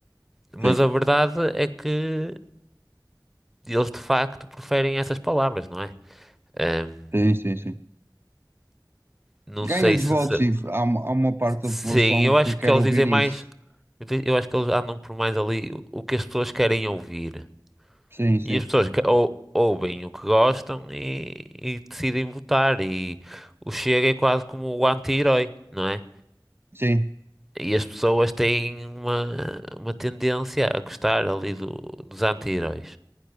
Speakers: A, in the centre; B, on the right.
A: Mas
B: sim,
A: a verdade é que eles de facto preferem essas palavras, não é? Ahm,
B: sim, sim, sim.
A: não
B: Ganhas
A: sei
B: de
A: se,
B: votos,
A: se-
B: sim. Há, uma- há uma parte da
A: Sim,
B: população
A: eu acho
B: que quer
A: que eles
B: ouvir
A: dizem
B: isso.
A: mais. Eu di- eu acho que eles andam por mais ali o que as pessoas querem ouvir.
B: Sim, sim,
A: E as pessoas que- ou- ouvem o que gostam e, e decidem votar. E o Chega é quase como o anti-herói, não é?
B: sim,
A: E as pessoas têm uma, uma tendência a gostar ali do- dos anti-heróis.